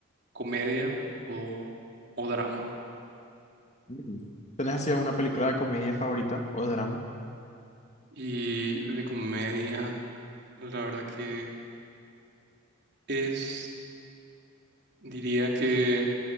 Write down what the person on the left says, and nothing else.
Mm. ¿Tenés así alguna película de comedia favorita o drama?